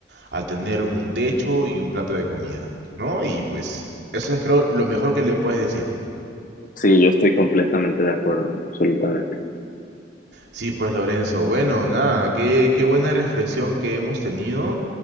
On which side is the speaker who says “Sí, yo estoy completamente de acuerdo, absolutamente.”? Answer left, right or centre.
Left